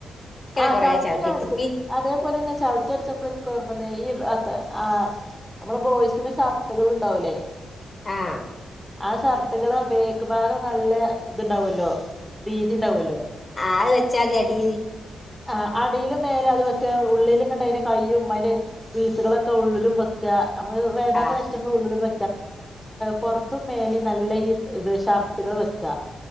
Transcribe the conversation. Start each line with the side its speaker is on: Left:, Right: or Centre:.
Centre: ആ
Left: കൊറേ
Centre: ചവിട്ടിയ
Left: ചവിട്ടി അടിച്ച്
Centre: അടിച്ച
Left: പി
Centre: അതേപോലെ തന്നെ ചവിട്ടി അടിച്ചപ്പോഴെ ർമ്മ ഈ അ ആ നമ്മെ ബോയ്സിന് ഷർട്ടുകൾ ഉണ്ടാവല്ലേ
Left: ആഹ
Centre: ആ ഷർട്ടുകളെ ബേക്ക് ഭാഗം നല്ല ഇതുണ്ടാവുമല്ലോ വീതിണ്ടാവുമല്ലോ
Left: ആൾ വെച്ചാതി അടിയിൽ
Centre: ആ അടിയിലും മേലെ അത് വെക്ക ഉള്ളിലും കണ്ട അതിന്റെ കയും അതിന്റെ പീസുകളൊക്കെ ഉള്ളിലും വെക്കുക നമ്മള് വേണ്ടാത്ത
Left: ആഹ്
Centre: കഷ്ടങ്ങൾ ഉള്ളിൽ പൊറത്തും മേല നല്ല ഈ ഇത് ഷർട്ടുകൾ വെക്കുക